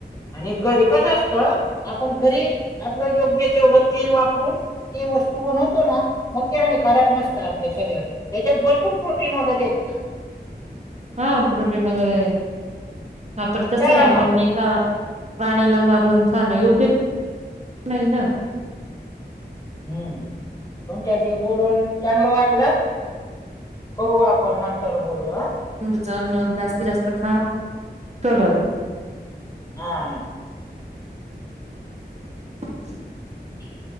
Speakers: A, on the left; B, on the right.
A: आणि घरी कसं असतं आपण घरी आपलं योग्य तेवढं तेल वापरून ती वस्तू बनवतो ना मग ते हानिकारक नसतं आपल्या शरीर त्याच्यात भरपूर प्रोटीन वगैरे आहेत ना.
B: हा प्रोटीन वगैरे आपण कसं
A: चला
B: आहे आपण
A: मग
B: प्राणीला मारून खाणं योग्य नाही ना.
A: हम्म, तुमच्याशी बोलून चांगलं वाटलं. करू आपण नंतर बोलू हा.
B: चण जास्तीत जास्त खा चलत
A: हा.
B: <unintelligible>
A: ह.